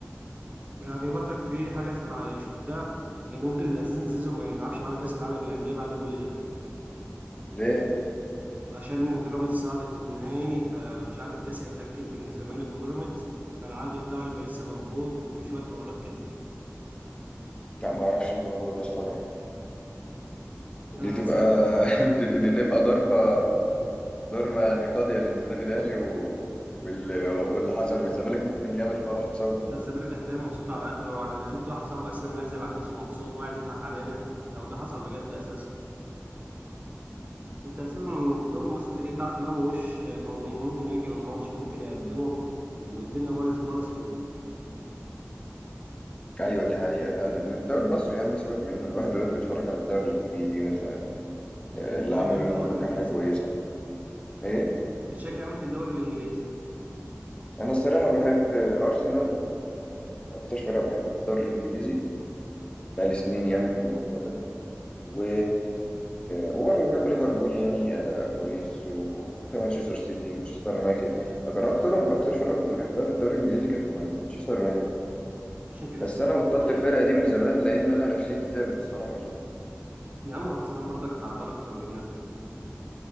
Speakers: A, on the right (about 30°); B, on the left (about 20°).
A: يعني برضك في حاجة سمع شفتها ان ممكن اساسا زيزو ما يلعبش معانا كاس العالم للانديه بعد كل ده
B: ليه؟
A: عشان بيراميدز صعدت النهائي فمش عارف الكاس هيتأجل بين الزمالك وبيراميدز فالعقد بتاعه يبقى لسه موجود وشوية حوارات كده
B: لا معرفش الموضوع ده الصراحة
A: يعني
B: دي
A: انا
B: تبقى
A: الصراحة يعني
B: <laughs> دي دي تبقى ضربة ضربة يعني قاضية للنادي الأهلي و... وال... واللي حصل والزمالك ممكن يعمل فرح بسبب الموضوع
A: ده الزمالك
B: ده
A: هتلاقيه مبسوط على اخره وعلى اللي شفت واحد صاحبي اساسا منزل على الفيس ومبسوط وقاعد يضحك علينا لو ده حصل بجد اساسا انت اساسا الدوري المصري انت كده كده عارف اللي هو ملوش قوانين ممكن يأجل الماتش ممكن يقدمه والدنيا بايظه خالص في
B: أيوة دي حقيقة فعلا الدوري المصري يا عم سيبك منه الواحد دلوقتي بيتفرج على الدوري الإنجليزي مثلا آه، اللي
A: بتشجع
B: عمله
A: مين في
B: ليفربول
A: الدوري الانجليزي
B: كان حاجة كويسة
A: كده
B: إيه؟
A: بتشجع مين في الدوري الانجليزي
B: انا الصراحه بحب ارسنال آه، اكتر فرقه بحبها في الدوري الانجليزي بقالي سنين يعني في الموضوع ده و... وبرضه بحب ليفربول يعني اداءها كويس وبحب مانشستر سيتي ومانشستر يونايتد كان اكترهم اكتر فرقه كنت بحبها في الدوري الانجليزي كانت المان- مانشستر يونايتد
A: عشان كريستيانو
B: بس انا بطلت
A: رونالدو ولا
B: الفرقه
A: لا؟
B: دي من زمان لان انا نفسيتي تعبت الصراحه بسرعه
A: يا عم ارسنال برضك تعبان اكتر منها